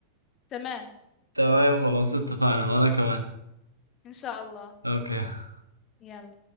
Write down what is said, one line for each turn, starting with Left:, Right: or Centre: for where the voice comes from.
Left: تمام
Right: تمام خلاص اتفقنا وأنا كمان
Left: إن شاء الله
Right: أوكي
Left: يلا